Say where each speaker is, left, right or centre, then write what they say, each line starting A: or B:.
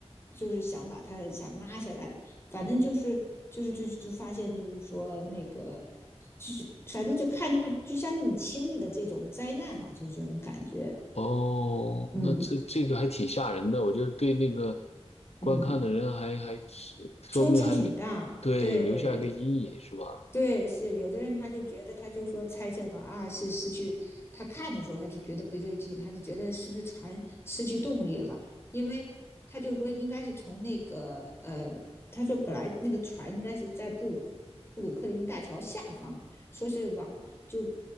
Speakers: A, on the left (about 20°); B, on the left (about 70°).
A: 就是想把他想拉下来，反正就是就是就是就发现就是说那个就是反正就看着就相当于你经历了这种灾难嘛，就这种感觉，
B: 哦，
A: 嗯
B: 那这这个还挺吓人的，我觉得对那个
A: 嗯，
B: 观看的人还还是说不定还留对留下一个阴影是吧？
A: 冲击挺大，对。对，是有的人他就觉得，他就说猜测吧，啊，是失去他看的时候他就觉得不对劲，他就觉得是不是船失去动力了？因为他就说应该是从那个呃，他说本来那个船应该是在布鲁克布鲁克林大桥下方，说是往就